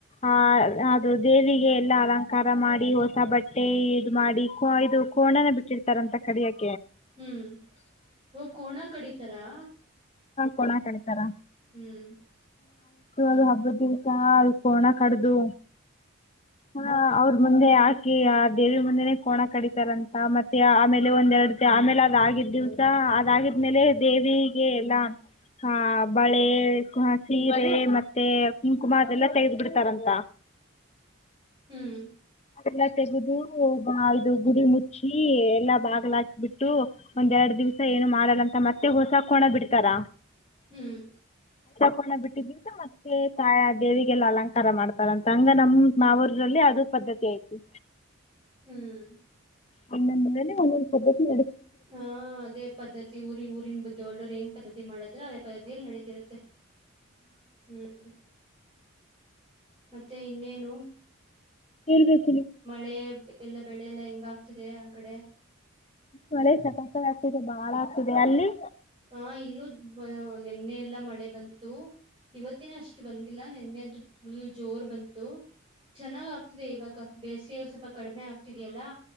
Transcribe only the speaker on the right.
ಹ್ಮ್ ಓ ಕೋಣ ಕಡಿತಾರಾ
ಹ್ಮ್
ಹ್ಮ್
ಹ್ಮ್
ಹ್ಮ್
ಹಾ ಅದೇ ಪದ್ಧತಿ ಊರಿ ಊರಿನ್ ಬ ದೋ ಏನ್ ಪದ್ಧತಿ ಮಾಡದ್ರದ ಪದತಿಯಲ್ಲಿ ನಡೀತಿರುತ್ತೆ ಹ್ಮ್ ಮತ್ತೆ ಇನ್ನೇನು
ಮಳೆ ಮಳೆ ಎಲ್ಲ ಬೆಳೆ ಎಲ್ಲಾ ಹೆಂಗ ಆಗ್ತಿದೆ ಆ ಕಡೆ
ಹಾ ಇಲ್ಲೂ ಬ ನೆನ್ನೆ ಎಲ್ಲ ಮಳೆ ಬಂತು ಇವತ್ತಿನ ಅಷ್ಟು ಬಂದಿಲ್ಲ ನೆನ್ನೆಂತೂ ಫುಲ್ ಜೋರ್ ಬಂತು ಚೆನ್ನಾಗ್ ಆಗ್ತಿದೆ ಇವಾಗ ಬೇಸಿಗೆ ಸ್ವಪ ಕಡಿಮೆ ಆಗ್ತಿದೆಯಲ್ಲಾ